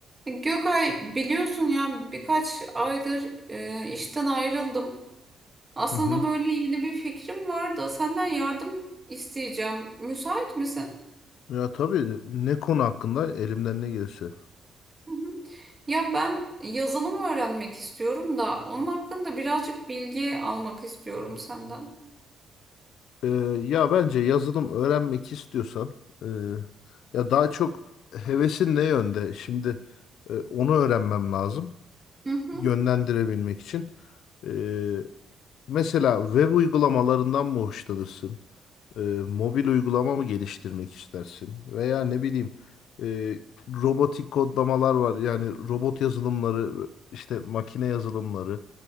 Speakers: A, on the right; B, on the left.
A: Gökay biliyorsun yani birkaç aydır e, işten ayrıldım. Aslında
B: Hı hı.
A: böyle yeni bir fikrim var da senden yardım isteyeceğim. Müsait misin?
B: Ya tabii ne konu hakkında elimden ne gelirse.
A: Hı hı. Ya ben yazılım öğrenmek istiyorum da onun hakkında birazcık bilgi almak istiyorum senden.
B: Ee, ya bence yazılım öğrenmek istiyorsan e, ya daha çok hevesin ne yönde? Şimdi e, onu öğrenmem lazım
A: Hı hı.
B: yönlendirebilmek için. Ee, Mesela web uygulamalarından mı hoşlanırsın? Ee, mobil uygulama mı geliştirmek istersin? Veya ne bileyim e, robotik kodlamalar var. Yani robot yazılımları, işte makine yazılımları